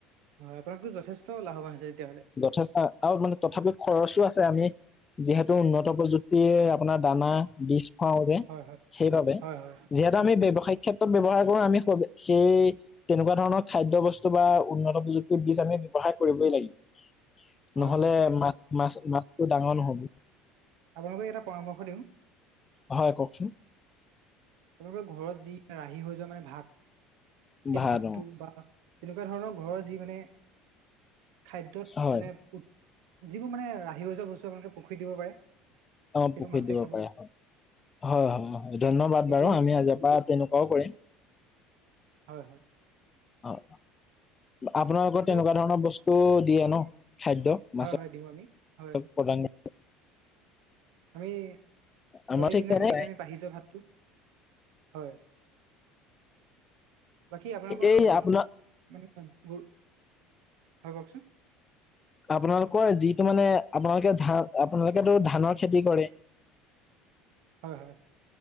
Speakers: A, on the right; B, on the left.
A: হয়, আপোনাৰতো যথেষ্ট লাভৱান হৈছে। তেতিয়াহ'লে
B: যথেষ্ট আৰু মানে, তথাপি খৰচো আছে আমি যিহেতু উন্নত প্ৰযুক্তি আপোনাৰ দানা বীজ খুৱাও যে
A: হয় হয়
B: সেইবাবে,
A: হয় হয়
B: যিহেতু আমি ব্যৱসায়িক ক্ষেত্ৰ ব্যৱহাৰ কৰো, আমি স সেই তেনেকুৱা ধৰণৰ খাদ্য বস্তু বা উন্নত প্ৰযুক্তিৰ বীজ আমি ব্যৱহাৰ সহায় কৰিবই লাগিব।
A: হয়
B: নহ'লে,
A: হয়
B: মাছ মাছ মাছটো ডাঙৰ নহ'ব।
A: আপোনালোকক এটা পৰামৰ্শ দিওঁ।
B: হয় কওঁকচোন।
A: আপোনালোকৰ ঘৰত যি ৰাহি হৈ যোৱা মানে ভাত, সেই
B: ভাল
A: ভাতটো
B: অ
A: বা তেনেকুৱা ধৰণৰ ঘৰৰ যি মানে, খাদ্যত
B: হয়
A: মানে যিবোৰ মানে ৰাহি ৰই যোৱা বস্তু, আপোনালোকে পুখুৰীত দিব পাৰে।
B: অ'
A: সেইটো
B: পুখুৰীত
A: মাছে
B: দিব
A: খাব
B: পাৰে হয়। হয় হয় হয় ধন্যবাদ।
A: সেইটো
B: বাৰু আমি আজিৰ পৰা তেনেকুৱাও কৰিম।
A: হয় হয়
B: অ', আপোনালোকৰ
A: আপোনালোক
B: তেনেকুৱা ধৰণৰ বস্তু দিয়ে ন? খাদ্য,
A: হয়
B: মাছৰ
A: হয় দিওঁ আমি হয়
B: প্ৰদান
A: দিম আমি
B: আমাৰ
A: প্ৰত্যেক
B: ঠিক
A: দিনাই
B: তেনে
A: তেনেকে আমি বাঢ়ি যোৱা ভাতটো, হয়। বাকী আপোনালোকৰ
B: এই আপোনাৰ
A: মানে হয় কওঁকচোন?
B: আপোনালোকৰ যিটো মানে, আপোনালোকে ধান আপোনালোকোটো ধানৰ খেতি কৰে। <unintelligible>
A: হয় হয়।